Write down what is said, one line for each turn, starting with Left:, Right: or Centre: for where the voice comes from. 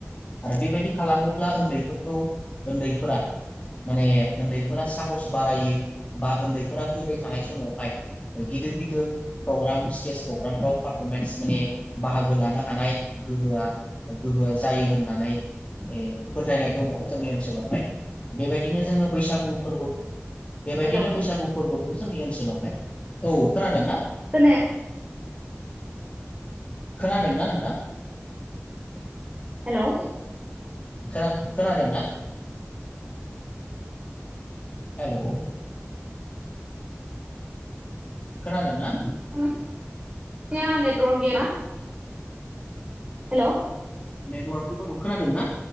Left: आरो बेबायदि खालामोब्ला उन्दैफोरखौ ओन्दैफोरा माने ओन्दैफोरा साहस बारायो बा ओन्दैफोरा फैबाय थानाय समावहाय गिदिर गिदिर प्रग्राम स्टेज प्रग्रामफ्राव पारफरमेन्स माने बाहागो लानो हानाय गोहोआ गोहोआ जायो होननानै ऐ फोथायनाय दङ' जोंनि ओनसो सोलावहाय बेबायदिनो जोङो बैसागु फोरबो बेबायदिनो
Right: हेलौ
Left: बैसागु फोरबोखौ जोंनि ओनसोलावहाय औ खोनादोंना
Right: खोनाया
Left: खोनादोंना नोंथां?
Right: हेल'
Left: खोना खोनादों ना हेलौ खोनादों ना?
Right: निया नेटवर्क गैया नामा हेल'
Left: नेटवार्कथ' दङ' खोनादोंना